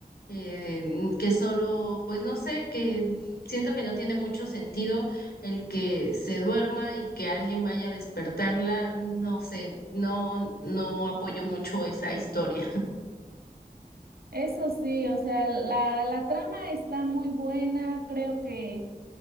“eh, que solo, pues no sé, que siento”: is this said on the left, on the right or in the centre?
Left